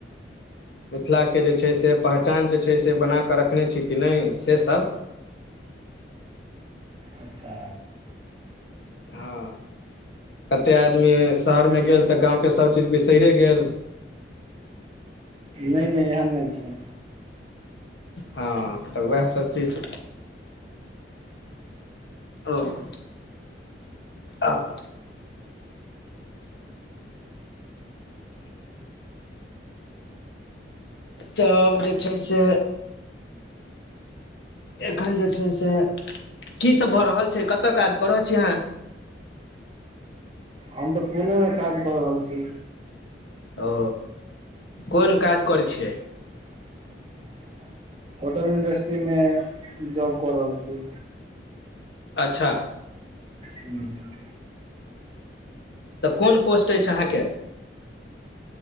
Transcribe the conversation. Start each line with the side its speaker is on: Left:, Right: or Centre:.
Left: मिथिलाके जे छै से पहचान जे छै से बना क रखने छी कि न से सब
Right: अच्छा
Left: हँ कते आदमी शहर मे गेल तँ गाँव के सबचीज बिसैरे गेल
Right: नहि नहि एहन नहि छै
Left: हँ तऽ उएह सभचीज ओ <unintelligible> आ <inaudible> तब जे छै से एखन जे छै से की सभ भऽ रहल छै कतय काज करए छी अहाँ
Right: हम तऽ पुणेमे काज कऽ रहल छी
Left: ओ कोन काज करै छियै
Right: <inaudible> होटल इंडस्ट्रीमे जॉब कऽ रहल छी
Left: अच्छा
Right: हूंम्म
Left: तऽ कोन पोस्ट अछि अहाँके